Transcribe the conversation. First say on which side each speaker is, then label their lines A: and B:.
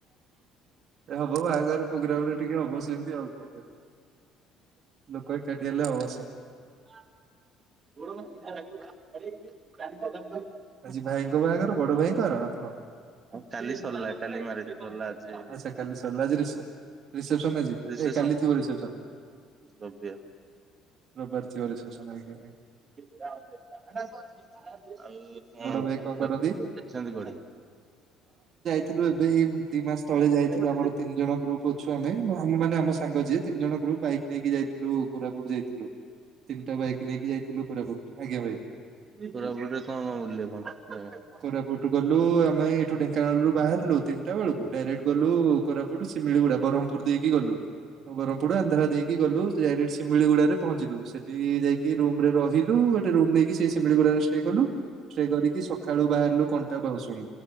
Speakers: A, on the right; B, on the right.
A: ହବ ବାହାଘର ପ୍ରୋଗ୍ରାମ ରେ ଟିକେ ହବ ସେମିତି ଆଉ କଣ। ଲୋକ ଏକାଠି ହେଲେ ହବ <unintelligible>
B: <inaudible>
A: ଆଜି ଭାଇଙ୍କ ବାଘର ବଡ ଭାଇଙ୍କର ଆପଣ?
B: କାଲି ସରିଲା କାଲି ମ୍ୟାରେଡ଼ ସରିଲା ଆଜି
A: ଆଚ୍ଛା କାଲି ସରିଲା ଆଜି ରିସେ ରିସେପସନ ଆଜି
B: ରିସେପସନ
A: ଏ କାଲି ଥିବ ରିସେପ୍ସନ
B: ଦ୍ରବ୍ୟ ଆଉ
A: ରବାର ଥିବ ରିସେପସନ <unintelligible>
B: ଆଉ <unintelligible>
A: ବଡ ଭାଇ କଣ କରନ୍ତି?
B: କୁଆଡେ?
A: ଥିଲୁ ଏବେ ଏଇ ଦି ମାସ ତଳେ ଯାଇଥିଲୁ
B: କୋରାପୁଟ
A: ଆମର ତିନି ଜଣ ଗ୍ରୁପ ଅଛୁ ଆମେ ଆମ ମାନ ଆମ ସାଙ୍ଗ ଯିଏ ତିନି ଜଣ ଗ୍ରୁପ ବାଇକ୍ ନେଇକି ଯାଇଥିଲୁ କୋରାପୁଟ ଯାଇଥିଲୁ ତିନିଟା ବାଇକ ନେଇକି ଯାଇଥିଲୁ କୋରାପୁଟ ଆଜ୍ଞା ଭାଇ।
B: କୋରାପୁଟରେ କଣ କଣ ବୁଲିଲେ କଣ? ହୁଁ
A: କୋରାପୁଟରୁ ଗଲୁ ଆମେ ଏଇଠୁ ଢେଙ୍କାନାଳରୁୁ ବାହାରିଲୁ ତିନିଟା ବେଳକୁ ଡାଇରେକ୍ଟ ଗଲୁ କୋରା ଏପଟୁ ସେ ସିମିଳିଗୁଡା ବହ୍ମପୁର ଦେଇକି ଗଲୁ। ଆଉ ବରହ୍ମପୁଡୁ ଆନ୍ଧ୍ରା ଦେଇକି ଗଲୁ ଡାଇରେକ୍ଟ ଶିମିଳି ଗୁଡାରେରେ ପହଞ୍ଚିଲୁ ସେଠି ଯାଇ କି ରୁମରେ ରହିଲୁ ଗୋଟେ ରୁମ ନେଇକି ସେ ସିମିଳିଗୁଡାରେ ଷ୍ଟେ କଲୁ। ଧରିକି ସଖାଳୁ ବାହାରିଲୁ କଣ୍ଟାବାହୁଶୁଣୀ